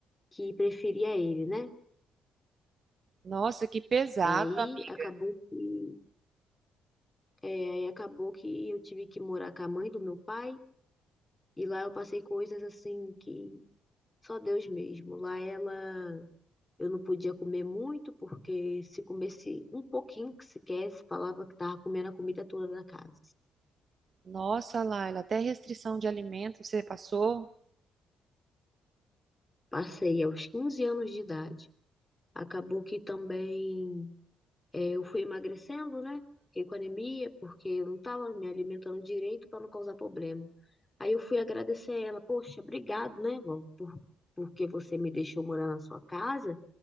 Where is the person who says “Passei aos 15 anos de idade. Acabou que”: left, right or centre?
Left